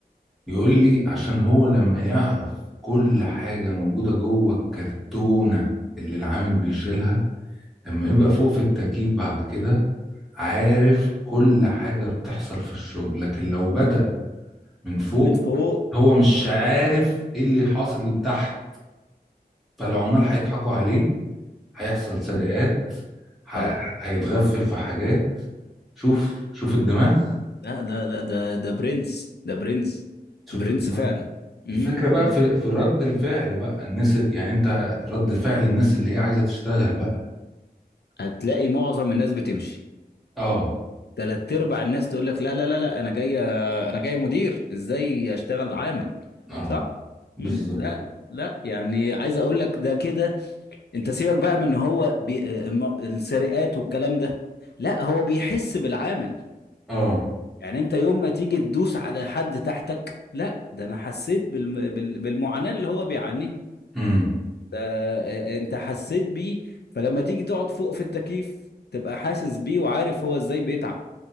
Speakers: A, in the centre; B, on the left (about 85°).
A: يقول لي عشان هو لما يعرف كل حاجة موجودة جوه الكرتونة اللي العامل بيشيلها لما يبقى فوق في التكييف بعد كده عارف كل حاجة بتحصل في الشغل لكن لو بدأ من فوق
B: من فوق
A: هو مش عارف ايه اللي حاصل تحت فالعمال هيضحكوا عليه هيحصل سرقات ه-
B: طبعا
A: هيتغفل في حاجات شوف شوف الدماغ
B: لا لا لا ده ده برنس ده برنس
A: شوف
B: برنس
A: الدماغ
B: فعلا امم
A: الفكرة بقى
B: أمم.
A: في في رد الفعل بقى الناس يعني انت رد فعل الناس اللي هي عايزة تشتغل بقى
B: هتلاقي معظم الناس بتمشي
A: اه
B: تلات ارباع الناس تقول لك لا لا لا لا انا جاي انا جاي مدير ازاي اشتغل عامل
A: اه
B: صح
A: بالظبط
B: امم لا لا يعني عايز اقول لك ده كده انت سيبك بقى من ان هو بي... آه، الم- السرقات والكلام ده لا هو بيحس بالعامل
A: اه
B: يعني انت يوم ما تيجي تدوس على حد تحتك لا ده انا حسيت بالم... بال... بالمعاناة اللي هو بيعانيه
A: امم
B: آه، آه، انت حسيت بيه فلما تيجي تقعد فوق في التكييف تبقى حاسس بيه وعارف هو ازاي بيتعب